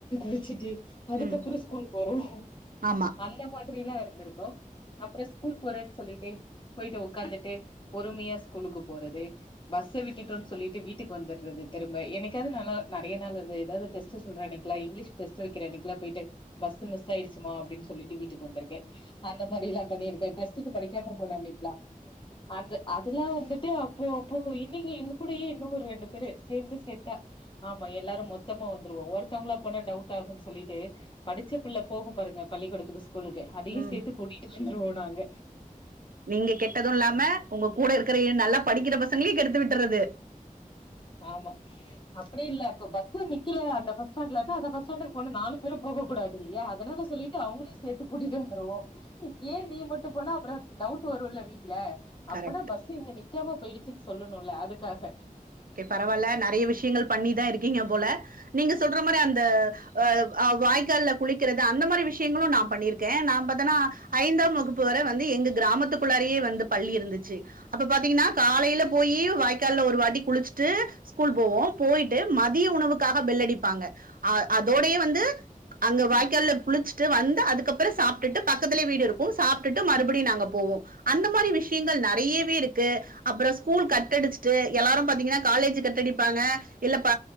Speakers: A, on the left; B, on the right.
A: டிச்சுட்டு அதுக்கப்றம்
B: ம்
A: ஸ்கூல் போறோம்
B: ஆமா
A: அந்த மாதிரிலாம் இருந்துருக்கோ அப்றம் ஸ்கூல் போறன்னு சொல்லிட்டு போயிட்டு ஓக்காந்துட்டு பொறுமையா ஸ்கூலுக்கு போறது பஸ்ஸ விட்டுட்டோன்னனு சொல்லிட்டு வீட்டுக்கு வந்துறது திரும்ப எனனைக்காவது நா நறைய நாள் ஏதாது டெஸ்ட்டு சொல்றன்க்கு இங்கிலீஷ் டெஸ்ட் வக்கற அன்னிக்கல்லா போயிட்டு பஸ் மிஸ் ஆயிடுச்சுமா அப்டின்னு சொல்லிட்டு வீட்டுக்கு வந்துருக்க அந்த மாரிலா பண்ணிருக்கே டெஸ்டுக்கு படிக்காம போன அன்னிக்கல்லா அந்த அதல்லா வந்துட்டு அப்போ அப்போ இன்னைக்கு எங்கூடயே இன்னு ஒரு ரெண்டு பேரு சேந்து சேட்ட ஆமா எல்லாரு மொத்தமா வந்துருவோ ஒருத்தவங்கள போன டவுட் ஆகனு சொல்லிட்டு படிச்ச பிள்ள போகும் பாருங்க பள்ளிக்கூடத்துக்கு ஸ்கூலுக்கு அதயும்
B: ம்
A: சேத்து கூட்டி <unintelligible> நாங்க
B: நீங்க கெட்டதும் இல்லாம உங்க கூட இருக்கற எ நல்லா படிக்கற பசங்களையு கெடுத்து விட்டுறது
A: ஆமா அப்டி இல்ல இப்ப பஸ்ஸு நிக்கலயா அந்த பஸ் ஸ்டாண்ட்ல அந்த பஸ்ஸாண்டக்கு போன நாலு பேரும் போக கூடாது இல்லயா அதனால சொல்லி அவங்களையும் சேத்து கூட்டிட்டு வந்துருவோ ஏ நீ மட்டு போன அப்புற டவுட் வருல வீட்ல அப்படா
B: கரெக்ட்
A: பஸ் இங்க நிக்காம போயிடுச்சுன்னு சொல்லணும்ல அதுக்காக
B: ஓகே பரவால்ல நறைய விஷயங்கள் பண்ணிதா இருக்கீங்க போல நீங்க சொல்ற மாரி அந்த அ வாய்க்கால்ல குளிக்கறது அந்த மாரி விஷயங்களு நா பண்ணிருக்க நா ஏனா ஐந்தாம் வகுப்பு வர வந்து எங்க கிராமத்துக் ள்ளாரயே வந்து பள்ளி இருந்துச்சு அப்ப பாத்தீங்கன்னா காலைல போயி வாய்க்கால்ல ஒரு வாட்டிக் குளிச்சுட்டு ஸ்கூல் போவோ போயிட்டு மதிய உணவுக்காக பெல்லடிப்பாங்க அ அதோடயே வந்து அங்க வாய்க்கால்ல குளிச்சுட்டு வந்து அதுக்கப்ற சாப்ட்டுட்டு பக்கத்துலயே வீடு இருக்கும் சாப்ட்டுட்டு மறுபடியு நாங்க போவோம் அந்த மாரி விஷயங்கள் நெறயவே இருக்கு அப்றோ ஸ்கூல் கட்டடிச்சுட்டு எல்லாரும் பா திங்கனா காலேஜ் கட்டடிப்பாங்க இல்ல ப